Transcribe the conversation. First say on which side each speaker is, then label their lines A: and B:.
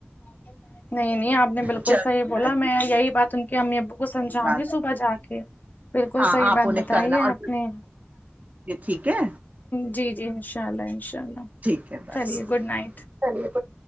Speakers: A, on the left; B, on the right.
A: <unintelligible> نہیں نہیں آپ نے بالکل
B: چلو
A: صحیح بولا میں یہی بات ان کے امی ابو کو سمجھاؤں
B: بات
A: گی صبح جا کے بالکل
B: ہاں
A: صحیح
B: آپ
A: بات
B: انہیں
A: بتائی
B: کرنا
A: ہے
B: اور
A: آپ نے
B: ٹھیک ہے
A: جی جی انشاء اللہ انشاء اللہ
B: ٹھیک ہے بس
A: چلیے گڈ نائٹ
B: چلیے گڈ